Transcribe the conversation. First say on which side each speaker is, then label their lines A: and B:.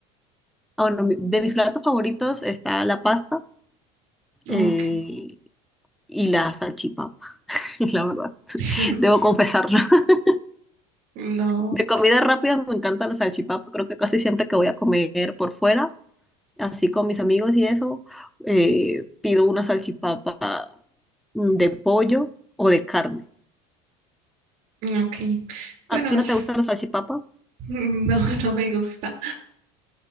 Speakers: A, in the centre; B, on the right.
A: Ah, bueno, mi- de mis platos favoritos está la pasta
B: Ah,
A: eh,
B: Ok.
A: y la salchipapa, <laughs> la verdad.
B: <laughs>
A: Debo confesarlo. <laughs>
B: No,
A: De comidas rápidas me encanta la salchipapa. Creo que casi siempre que voy a comer por fuera, así con mis amigos y eso, eh, pido una salchipapa mm, de pollo o de carne.
B: ok. Bueno,
A: ¿A ti
B: es,
A: no te gusta la salchipapa?
B: <laughs> no, no me gusta.